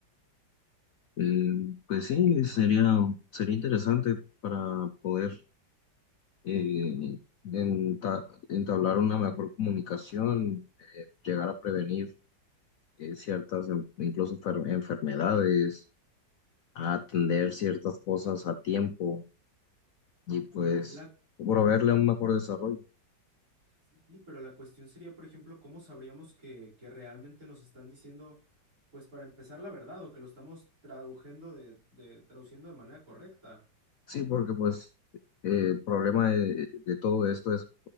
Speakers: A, on the left; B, on the right.
A: Eh, pues sí, sería, sería interesante para poder eh, enta- entablar una mejor comunicación, eh, llegar a prevenir eh, ciertas, en- incluso fer- enfermedades, a atender ciertas cosas a tiempo y pues
B: La,
A: proveerle un mejor desarrollo.
B: sí, sí, pero la cuestión sería, por ejemplo, ¿cómo sabríamos que, que realmente nos están diciendo, pues para empezar, la verdad o que lo estamos traduciendo de, de, traduciendo de manera correcta?
A: Sí, porque pues eh, el problema de, de todo esto es